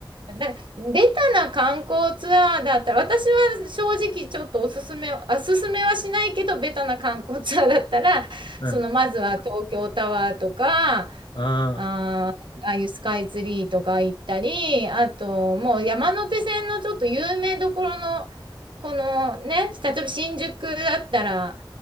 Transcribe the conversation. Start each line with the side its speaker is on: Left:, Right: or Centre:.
Right: なんか、ベタな観光ツアーだったら、私は正直ちょっとおすすめ、おすすめはしないけど、ベタな観光ツアーだったら、
Left: うん。
Right: そのまずは東京タワーとか、あ
Left: ああ。
Right: ー、ああいうスカイツリーとか行ったり、あともう山手線のちょっと有名どころの、このね、例えば新宿だったら、